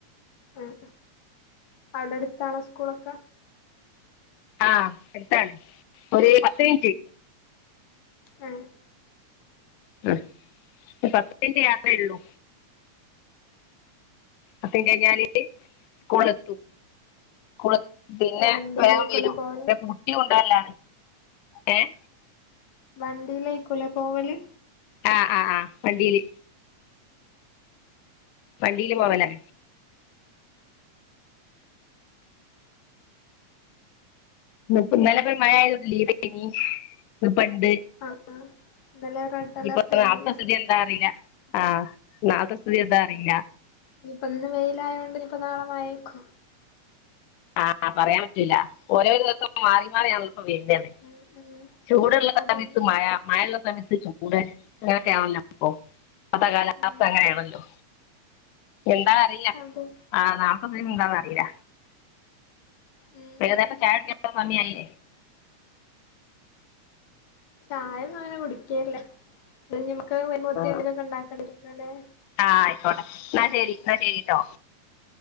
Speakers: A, on the left; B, on the left.
A: ഉം അവടെടുത്താണോ സ്കൂളൊക്കെ?
B: ആഹ് അടിത്താണ് ഒരു പത്ത് മിൻറ്റ്.
A: ആഹ്.
B: ഉം ഒര് പത്തിൻറ്റ് യാത്രേ ഒള്ളൂ. പത്തിൻറ്റൈയ്ഞ്ഞാല്- കൂളെത്തി കൂളെ പിന്നെ
A: വണ്ടിയിലേക്കുല്ലേ
B: വേഗം വെരും
A: പോവല്
B: <unintelligible> <unintelligible> ട്ടിയും കൊണ്ടുന്ന ഏഹ്.
A: വണ്ടീലേക്കൂലെ പോവല്?
B: ആഹ് ആഹ് ആഹ് വണ്ടീല്. വണ്ടീല് പോവലെ- ന്ന്പ്പം ന്നെലെപ്പോ മഴ ആതൊണ്ട് ലീവേനിഎട്ത്തിനി ഇപ്പെണ്ട്.
A: ആഹ് ഇന്നലെ റെഡ് അലർട്ടേനല്ലോ
B: ഇപ്പൊ നാളത്തെസ്ഥിതി എന്താ അറീല ആഹ് നാളത്തെസ്ഥിതി എന്താ അറീലാ.
A: ഇനിയിപ്പം ഇന്ന് വെയിലായോണ്ട് ഇനിപ്പോ നാളെ മയേക്കോ?
B: ആഹ് ആഹ് പറയാൻ പറ്റൂല്ല ഒരേ ദിവസം മാറി മാറിയണിപ്പം വരുന്നത്.
A: ഉം ഉം
B: ചൂടുള്ള സമയത്തു
A: അതന്നെ
B: മഴ മഴയുള്ള സമയത്ത് ചൂട്. കൂടെ അങ്ങനൊക്കെ ആണല്ലോ പ്പൊ ഇപ്പഴത്തെ കാലാവസ്ഥ
A: ഉം
B: അങ്ങനെ
A: ഉം
B: ആണല്ലോ. എന്താന്നു അറിയില്ല
A: അതെ
B: ആഹ് നാളത്തെ സ്ഥിതി എന്താന്ന് അറിയില്ല.
A: ഉം
B: പിന്നെഎഴ്ന്നേറ്റ്
A: ഉം
B: ചായ കുടിച്ചപ്പം സമയായില്ലേ.
A: ചായൊന്നും അങ്ങനെ കുടിക്കേല്ല അത് ഞമക് <unintelligible> മീനൊക്കെ
B: ആ
A: ഉണ്ടാക്കണ്ടെ <unintelligible>
B: ആഹ് ആയിക്കോട്ടെ എന്നാ ശരി എന്നാ ശരി കേട്ടോ.